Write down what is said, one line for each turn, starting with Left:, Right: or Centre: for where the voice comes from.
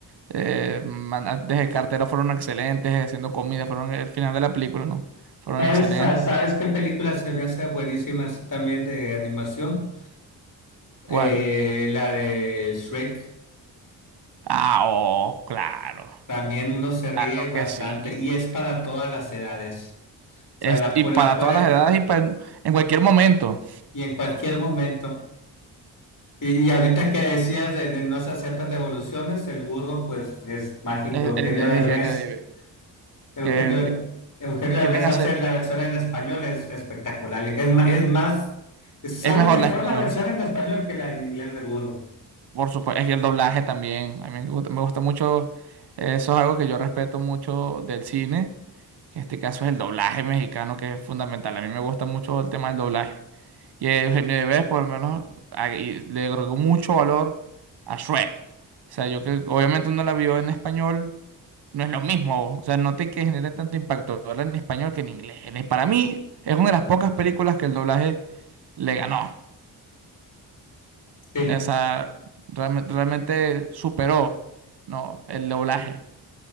Right: eh, man- a- desde carteros fueron excelentes, haciendo comida, fueron el final de la película, no, fueron
Left: ¿Sabes,
Right: excelentes.
Left: sa- sabes qué película se me hace buenísima así también de animación? Eh,
Right: ¿Cuál?
Left: la de Shrek.
Right: Ah, oh, claro,
Left: También uno se ríe
Right: claro
Left: bastante
Right: que sí.
Left: y es para todas las edades. O
Right: Es-
Left: sea, la,
Right: y
Left: pu-
Right: para
Left: la puede
Right: todas las edades y pa- en, en cualquier momento.
Left: y en cualquier momento. Y, y ahorita que decías de, de no se aceptan devoluciones, el burro pues es mágico.
Right: Es,
Left: Eugenio
Right: es- es
Left: Derbez,
Right: que, nadie-
Left: Eugenio,
Right: que vi-
Left: Eugenio Derbez
Right: quieren hacer,
Left: hace la versión en español, es espectacular. Es, ma- es más, sale
Right: es mejor
Left: mejor
Right: la español,
Left: la versión en español que la en inglés del burro.
Right: por supuesto, es que el doblaje también, a mí me gusta, me gusta mucho, eh, eso es algo que yo respeto mucho del cine, que en este caso es el doblaje mexicano que es fundamental, a mí me gusta mucho el tema del doblaje, y Eugenio Derbez por lo menos a- y le agregó mucho valor a Shrek, o sea, yo que obviamente uno la vio en español, no es lo mismo, o sea, no te que genere tanto impacto verla en español que en inglés, En- para mí es una de las pocas películas que el doblaje le ganó.
Left: Sí.
Right: O sea, realme- realmente superó, ¿no? el doblaje.